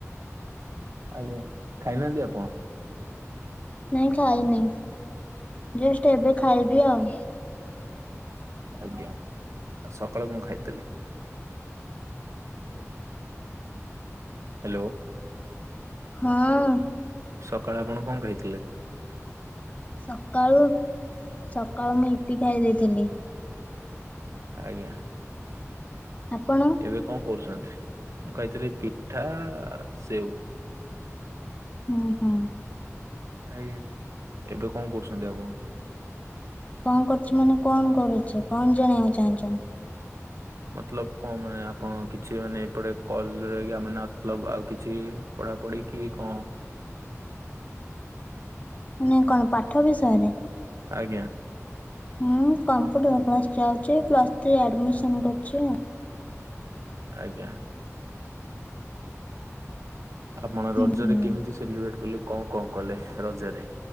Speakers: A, on the right; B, on the left.
A: ଆଜ୍ଞା ଖାଇନାହାନ୍ତି ଆପଣ?
B: ନାଇଁ ଖାଇନି ଜଷ୍ଟ ଏବେ ଖାଇବି ଆଉ।
A: ଆଜ୍ଞା ସକାଳେ କଣ ଖାଇଥିଲି? ହୁଁ। ହ୍ୟାଲୋ।
B: ହଁ
A: ସକାଳେ ଆପଣ କଣ କହିଥିଲେ?
B: ସକାଳୁ ସକାଳୁ ମୁଁ ଇପି ଖାଇ ଦେଇଥିଲି।
A: ଆଜ୍ଞା
B: ଆପଣ
A: ଏବେ କଣ କରୁଛନ୍ତି ମୁଁ ଖାଇଥିଲି ପିଠା ସେଉ
B: ଓ ହୋ।
A: ଆଜ୍ଞା ଏବେ କଣ କରୁଛନ୍ତି ଆପଣ
B: କଣ କରୁଛି ମାନେ କଣ କରୁଛି କଣ ଜଣେଇବାକୁ ଚାହୁଁଛନ୍ତି।
A: ମତଲବ କଣ ମାନେ ଆପଣ କିଛି ମାନେ ଏପଟେ କଲ ଆମେତବ ଆଉ କିଛି ପଢା ପଢିକି କଣ?
B: ନାଇଁ କଣ ପାଠ ବିଷୟରେ
A: ଆଜ୍ଞା
B: ହଁ କମ୍ପୁଟର କ୍ଲାସ ଯାଉଛି ପ୍ଲସ୍ ଥ୍ରୀ ଆଡମିସନ କରିଚି ଆଉ
A: ଆଜ୍ଞା। ଆପଣ ରଜରେ
B: ହୁଁ ହୁଁ।
A: କେମିତି ସେଲିବ୍ରେଟ କଲେ କଣ କଣ କଲେ ରଜରେ?